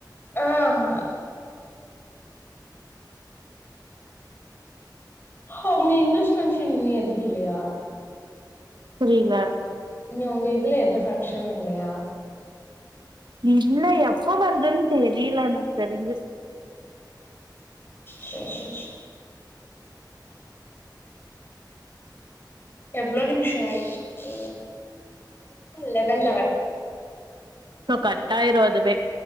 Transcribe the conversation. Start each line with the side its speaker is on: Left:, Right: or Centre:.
Left: ஆஹ ஹ அங்க இந்துஸ் பங்க்ஷன்னு எதுவு இல்லையா
Right: புரில
Left: இல்லியா ஒங்க இதுல எந்த ஃபங்க்ஷனு இல்லையா
Right: இல்ல எப்ப வருதுன் தெரில எனக்கு தெரிஞ்சி
Left: சேரி எவ்ளோ நிம்ஷோ ஆயட்டு லெவன் லெவன்
Right: சோ கட் ஆயிரு அதுவே